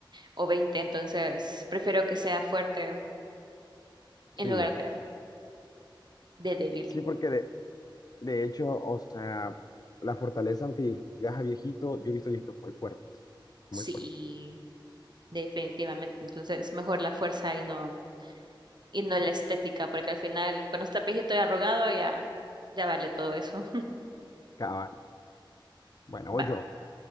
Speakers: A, on the right (about 60°); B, on the left (about 50°).
A: o veinte entonces prefiero que sea fuerte
B: Sí.
A: en lugar de... de débil,
B: Sí, porque de, de hecho, o sea, la fortaleza, aunque llegas a viejito, yo he visto viejitos muy fuertes.
A: sí,
B: Muy fuertes.
A: definitivamente. Entonces, mejor la fuerza y no, y no la estética, porque al final, cuando estás viejito y arrugado, ya, ya vale todo eso.
B: Cabal. Bueno,
A: <laughs>
B: voy
A: Va.
B: yo.